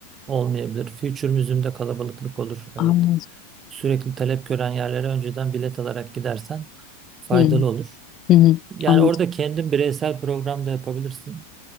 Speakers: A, on the right (about 25°); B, on the left (about 35°).
A: olmayabilir. Future Museum'de kalabalıklık olur. Evet.
B: Anladım.
A: sürekli talep gören yerlere önceden bilet alarak gidersen faydalı
B: Hı hı.
A: olur.
B: hı,
A: Yani
B: Anladım.
A: orada kendin bireysel program da yapabilirsin.